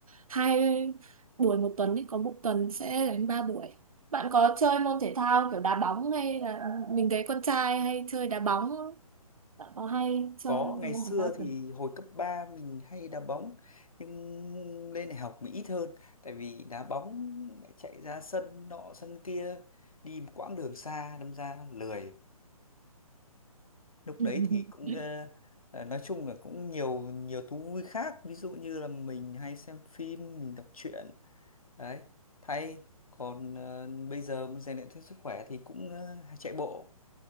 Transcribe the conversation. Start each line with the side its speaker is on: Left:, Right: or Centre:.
Right: hai buổi một tuần ấy có một tuần sẽ đánh ba buổi bạn có chơi môn thể thao kiểu đá bóng hay là mình thấy con trai hay chơi đá bóng không? bạn có hay chơi
Left: Có ngày
Right: môn
Left: xưa
Right: thể thao
Left: thì
Right: kiểu
Left: hồi cấp 3 mình hay đá bóng nhưng lên đại học mình ít hơn tại vì đá bóng lại chạy ra sân nọ sân kia đi một quãng đường xa đâm ra lười lúc
Right: <laughs>
Left: đấy thì cũng ờ, ờ, nói chung là cũng nhiều nhiều thú vui khác ví dụ như là mình hay xem phim mình đọc truyện đấy thay còn ờ, bây giờ muốn rèn luyện thêm sức khỏe thì cũng ờ, chạy bộ